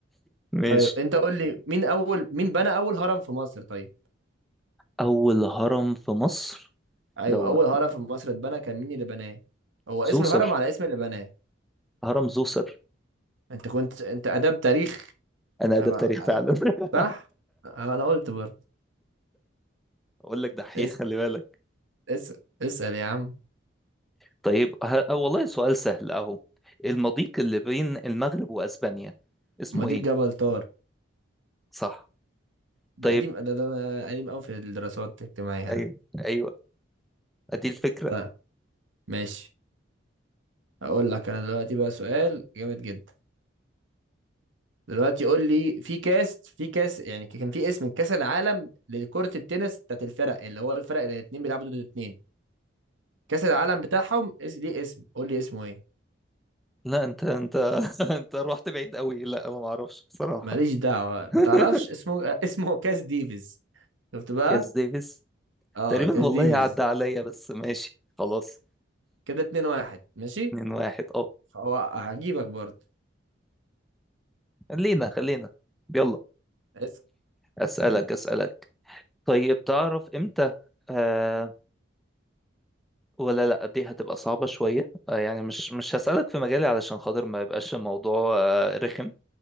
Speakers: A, in the centre; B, on the right.
A: ماشي
B: طيب انت قول لي مين اول مين بنى اول هرم في مصر طيب
A: أول هرم في مصر
B: ايوه
A: لو
B: اول هرم في مصر اتبنى كان مين اللي بناه هو اسم
A: زوسر
B: الهرم على اسم اللي بناه
A: هرم زوسر
B: انت كنت انت اداب تاريخ
A: أنا
B: أنا-
A: ده بتاريخ
B: أنا-
A: فعلا <laughs>
B: صح أه، انا قلت برضه
A: أقول لك دحيح
B: اس...
A: خلي بالك
B: اس... اسال يا عم
A: طيب ه... آه والله سؤال سهل أهو المضيق اللي بين المغرب وأسبانيا اسمه
B: ما دي
A: إيه؟
B: جبل طار
A: صح
B: ده
A: طيب
B: قديم ده, ده قديم قوي في الدراسات الاجتماعيه
A: أيوه
B: ده
A: أيوه أدي الفكرة
B: طيب ماشي اقول لك انا دلوقتي بقى سؤال جامد جدا دلوقتي قول لي في كاس في كاس يعني كان في اسم كاس العالم لكرة التنس بتاعت الفرق اللي هو الفرق اللي الاتنين بيلعبوا ضد الاتنين كاس العالم بتاعهم اس... ليه اسم قول لي اسمه ايه
A: لا أنت أنت <laughs> أنت رحت بعيد قوي لا ما أعرفش بصراحة
B: ماليش دعوة
A: <laughs>
B: ما تعرفش اسمه <laughs> آه، اسمه كاس ديفيز شفت بقى
A: كاس ديفيس
B: اه
A: تقريبا
B: كاس
A: والله
B: ديفيز
A: عدى عليا بس ماشي خلاص
B: كده اتنين واحد ماشي
A: اتنين واحد اه
B: هو هجيبك برضه
A: خلينا خلينا يلا
B: اس
A: اسألك اسألك طيب تعرف امتى آه ولا لا دي هتبقى صعبة شوية آه يعني مش مش هسألك في مجالي علشان خاطر ما يبقاش الموضوع آه رخم